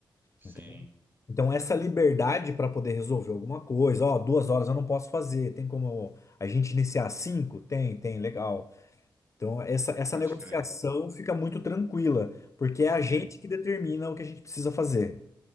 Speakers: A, on the right; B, on the left.
A: Sim.
B: Entendeu? Então, essa liberdade para poder resolver alguma coisa, ó, duas horas eu não posso fazer, tem como a gente iniciar às cinco? Tem, tem, legal. Então, essa, essa
A: Pode
B: negociação
A: crer.
B: fica muito tranquila, porque
A: Sim.
B: é a gente que determina o que a gente precisa fazer.